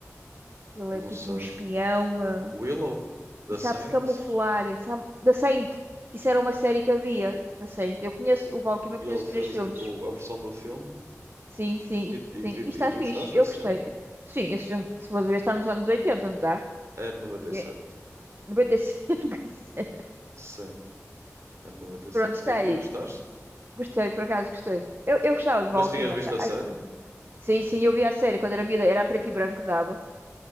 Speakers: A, on the right (about 45°); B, on the right (about 60°).
A: que ele
B: não
A: é tipo
B: sei,
A: um espião. eh,
B: Willow, da
A: E sabe-se
B: Saint,
A: camuflar. eh, Sabe... Da Saint. que Isso era uma série que havia. Da Saint. Eu conheço o Valkyrie, eu
B: e
A: conheço
B: ele fez
A: três filmes.
B: tipo a versão do filme.
A: Sim, sim,
B: E,
A: e-
B: e,
A: sim.
B: e-
A: E está
B: e tu
A: fixe.
B: gostaste
A: Eu
B: desse
A: gostei.
B: filme?
A: Sim, esse filme, que se for ver, está nos anos oitenta não está?
B: É de noventa e
A: É,
B: sete
A: 95, nunca <laughs> sei.
B: Sim, é de 97.
A: Pronto, está
B: E, sete.
A: aí.
B: e e gostaste?
A: Gostei, por acaso gostei. Eu, eu gostava de
B: Mas
A: Valkyrie,
B: tinhas visto
A: mas... ah,
B: a série?
A: Sim, sim, eu via a série quando era miúda. Era a preto e branco que dava.